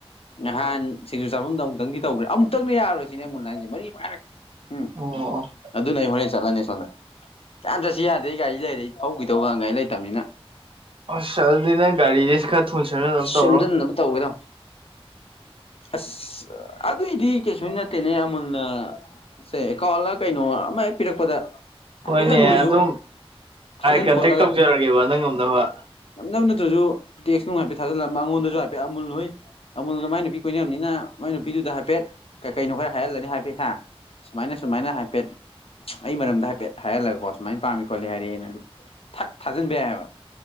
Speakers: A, on the left; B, on the right.
A: ꯅꯍꯥꯟ ꯁꯤꯡꯖꯨ ꯆꯥꯐꯝꯗꯣ ꯑꯃꯨꯛꯇꯪꯗꯤ ꯇꯧꯕꯈ꯭ꯔꯥ ꯑꯃꯨꯛꯇꯪꯗꯤ ꯌꯥꯔꯣꯏꯁꯤ ꯁꯤꯅ ꯃꯨꯟ ꯍꯥꯏꯁꯦ ꯃꯔꯤ ꯃꯉꯥꯏꯔꯛ ꯎꯝ
B: ꯑꯣ
A: ꯑꯗꯨꯅ ꯑꯩ ꯍꯣꯔꯦꯟ ꯆꯠꯂꯅꯤ ꯁꯣꯅ ꯌꯥꯝ ꯆꯠꯁꯤ ꯌꯥꯗꯦ ꯒꯥꯔꯤ ꯂꯩꯔ ꯑꯩ ꯊꯧꯒꯤꯗꯧꯒꯉꯥꯏ ꯂꯩꯇꯕꯅꯤꯅ
B: ꯑꯁ ꯑꯗꯨꯗꯤ ꯅꯪ ꯒꯥꯔꯤꯁꯦ ꯈꯔ ꯊꯨꯅ ꯁꯦꯝꯖꯤꯟꯅꯕ
A: ꯁꯦꯝ
B: ꯇꯧꯔꯣ
A: ꯁꯦꯝꯖꯤꯕ ꯇꯧꯒꯗꯕ ꯑꯁ ꯑꯗꯨꯏꯗꯤ ꯀꯩꯁꯨ ꯅꯠꯇꯦ ꯇꯦꯅꯦ ꯑꯃꯨꯜꯅ ꯑꯦꯀꯥꯎꯜꯂ ꯀꯩꯅꯣ ꯑꯃꯦꯛ ꯄꯤꯔꯛꯄꯗ ꯍꯥꯏꯐꯦꯠꯇꯪ
B: ꯍꯣꯏꯅꯦ
A: ꯑꯣꯏꯁꯨ
B: ꯑꯗꯨꯝ
A: ꯊꯥꯖꯤꯟ
B: ꯀꯟꯇꯦꯛ
A: ꯈꯣꯠꯂꯒ
B: ꯇꯧꯖꯔꯒꯦꯕ ꯅꯪ ꯉꯝꯅꯕ
A: ꯅꯝꯅꯕ ꯅꯠꯇ꯭ꯔꯁꯨ ꯇꯦꯛꯁꯅꯨꯡ ꯍꯥꯏꯐꯦꯠ ꯊꯥꯖꯤꯜꯂꯝꯕ ꯑꯩꯉꯣꯟꯗꯁꯨ ꯍꯥꯏꯐꯦꯠ ꯑꯃꯨꯜ ꯍꯣꯏ ꯑꯃꯣꯗ ꯃꯥꯏ ꯅꯨꯄꯤ ꯀꯣꯏꯅꯅꯕꯅꯤꯅ ꯃꯥꯏ ꯅꯨꯄꯤꯗꯨꯗ ꯍꯥꯏꯐꯦꯠ ꯀꯩ ꯀꯩꯅꯣ ꯈꯔ ꯍꯥꯏꯍꯜꯂꯅꯤ ꯍꯥꯏꯐꯦꯠ ꯍꯥꯏ ꯁꯨꯃꯥꯏꯅ ꯁꯨꯃꯥꯏꯅ ꯍꯥꯏꯐꯦꯠ ꯑꯩ ꯃꯔꯝꯗ ꯍꯥꯏꯐꯦꯠ ꯍꯥꯏꯍꯜꯂꯒꯀꯣ ꯁꯨꯃꯥꯏꯅ ꯄꯥꯝꯃꯤ ꯈꯣꯠꯂꯤ ꯍꯥꯏꯔꯛꯑꯦꯅ ꯑꯗꯨ ꯊꯛ ꯊꯥꯖꯤꯟꯕ ꯌꯥꯏ ꯍꯥꯏꯕ